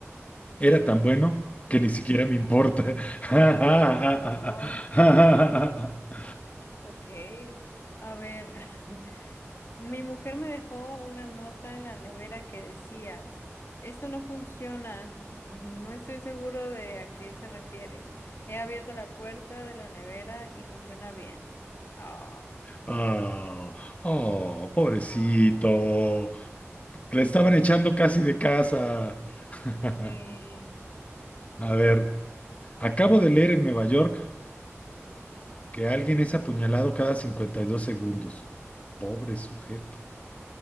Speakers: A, on the left (about 30°); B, on the left (about 55°).
A: Era tan bueno que ni siquiera me importa. <laughs>
B: Ok, ok. A ver, <laughs> Mi mujer me dejó una nota en la nevera que decía, esto no funciona, <laughs> no estoy seguro de a qué se refiere. He abierto la puerta de la nevera y funciona bien. Ah,
A: Oh, oh, pobrecito.
B: ah,
A: Le estaban
B: sí,
A: echando casi de casa. <laughs>
B: sí.
A: A ver, acabo de leer en Nueva York Que alguien es apuñalado cada 52 segundos. Pobre sujeto.